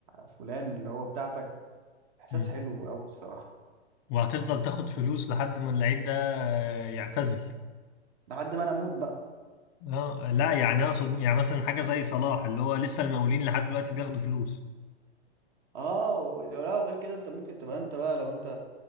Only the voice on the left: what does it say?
أمم.
وهتفضل تاخد فلوس لحد ما اللعيب ده آه، يعتزل
اه لا يعني اقصد يعني مثلا حاجة زي صلاح اللي هو لسه المقاولين لحد دلوقتي بياخدوا فلوس